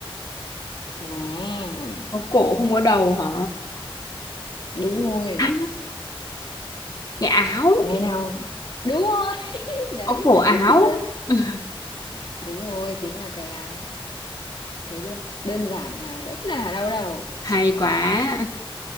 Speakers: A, on the left; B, on the left.
A: mà
B: Có cổ không có đầu hả?
A: đúng rồi
B: À, Cái áo,
A: ngày nào đúng rồi <laughs> đấy
B: có cổ
A: thấy
B: áo.
A: chưa
B: <laughs>
A: đúng rồi chính là cái áo thấy chưa đơn giản mà rất là đau đầu
B: Hay quá.